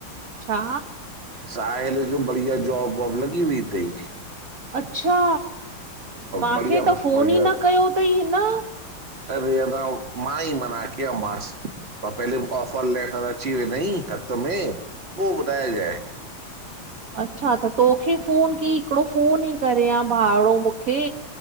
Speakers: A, on the right; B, on the right.
A: छा
B: साहिल जे बढ़िया जॉब वॉब लॻी वई तई।
A: अच्छा मूंखे
B: बढ़िया
A: त फ़ोन
B: बढ़िया
A: ई न कयो अथई हिन।
B: अरे अ मां ई मना कयो मांस। त पहिले ऑफर लैटर अची वेंनई हथु में, पोइ ॿुधाइजाए।
A: अच्छा त तोखे फ़ोन कई, हिकिड़ो फ़ोन ई करियां भावड़ो मूंखे